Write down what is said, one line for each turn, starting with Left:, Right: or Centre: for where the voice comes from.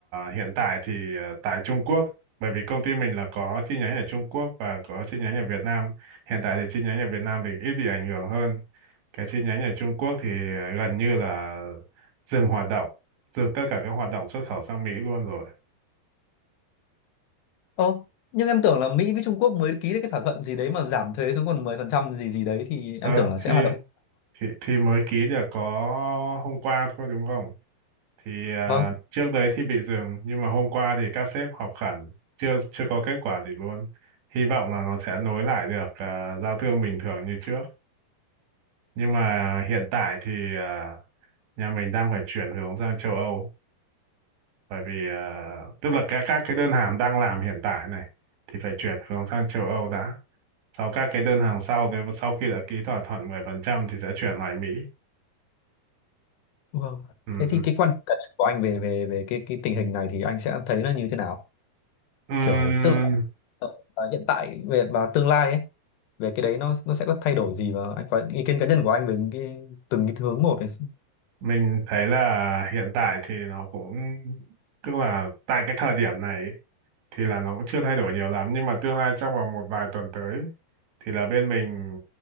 Right: hiện tại thì à, tại Trung Quốc bởi vì công ty mình là có chi nhánh ở Trung Quốc và có chi nhánh ở Việt Nam hiện tại thì chi nhánh ở Việt Nam thì ít bị ảnh hưởng hơn cái chi nhánh ở Trung Quốc thì à, gần như là dừng hoạt động dừng tất cả các hoạt động xuất khẩu sang Mỹ luôn rồi
Left: Ờ, nhưng em tưởng là Mỹ với Trung Quốc mới ký được cái thỏa thuận gì đấy mà giảm thuế xuống còn 10% gì gì đấy thì
Right: ờ
Left: em tưởng là sẽ
Right: thì
Left: hoạt động.
Right: thì thì mới ký được có hôm qua thôi đúng không thì à,
Left: Vâng,
Right: trước đấy thì bị dừng nhưng mà hôm qua thì các sếp họp khẩn chưa chưa có kết quả gì luôn hy vọng là nó sẽ nối lại được à, giao thương bình thường như trước nhưng mà hiện tại thì à, nhà mình đang phải chuyển hướng sang châu Âu bởi vì à, tức là các các cái đơn hàng đang làm hiện tại này thì phải chuyển hướng sang châu Âu đã sau các cái đơn hàng sau thì sau khi đã ký thỏa thuận 10% thì sẽ chuyển lại Mỹ
Left: vâng.
Right: ừ
Left: Thế
Right: ừ
Left: thì cái quan điểm cá nhân của anh về về về cái cái tình hình này thì anh sẽ thấy nó như thế nào?
Right: ừ
Left: Kiểu tức là ờ, hiện tại về và tương lai ấy về cái đấy nó nó sẽ có thay đổi gì và anh có ý kiến cá nhân của anh về những cái từng cái hướng một này
Right: Mình thấy là hiện tại thì nó cũng tức là tại cái thời điểm này ý, thì là nó cũng chưa thay đổi nhiều lắm nhưng mà tương lai trong vòng một vài tuần tới thì là bên mình